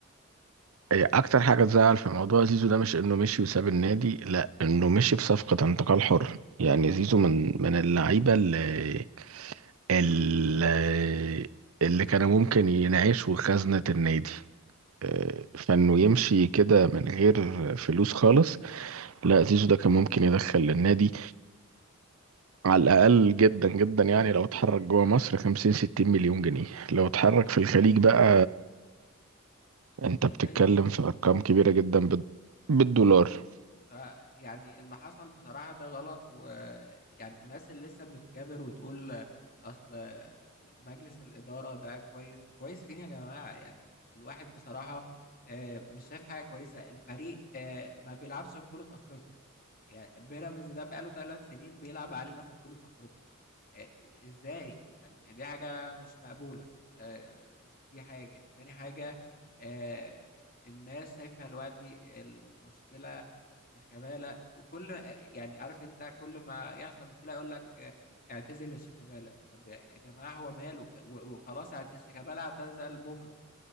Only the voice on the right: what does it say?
هي اكتر حاجة تزعل في موضوع زيزو ده مش انه مشي وساب النادي لا انه مشي في صفقة انتقال حر يعني زيزو من من اللعيبة اللي اللي, اللي كانوا ممكن ينعيشوا خزنة النادي آه، فانه يمشي كده من غير فلوس خالص لا زيزو ده كان ممكن يدخل للنادي على الأقل جدا جدا يعني لو اتحرك جوه مصر 50 60 مليون جنيه لو اتحرك في الخليج بقى انت بتتكلم
في أرقام كبيرة جدا بال- بالدولار